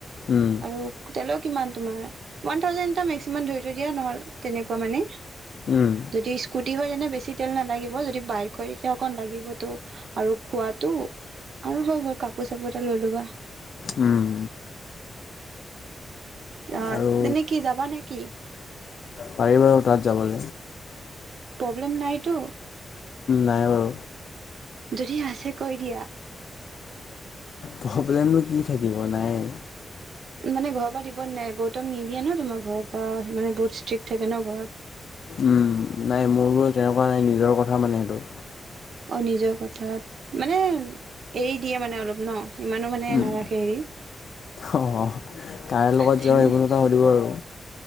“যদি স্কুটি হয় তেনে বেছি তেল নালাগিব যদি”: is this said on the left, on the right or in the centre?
Right